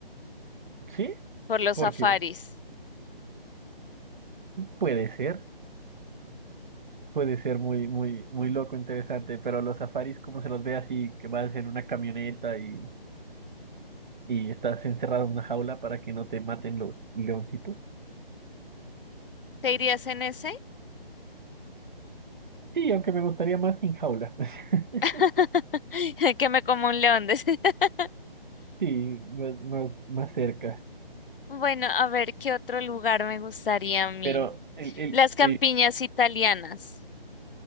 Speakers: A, on the right (about 55°); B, on the left (about 65°).
A: Sí,
B: por los
A: porque
B: safaris.
A: puede ser, puede ser muy, muy, muy loco, interesante, pero los safaris, como se los ve así, que vas en una camioneta y, y estás encerrado en una jaula para que no te maten los leoncitos.
B: ¿Te irías en ese?
A: Sí, aunque me gustaría más sin jaula. <laughs>
B: <laughs> Que me como un león. decía. <laughs>
A: Sí, más, más, más cerca.
B: Bueno, a ver, ¿qué otro lugar me gustaría a mí?
A: Pero el, el,
B: Las campiñas
A: el-
B: italianas,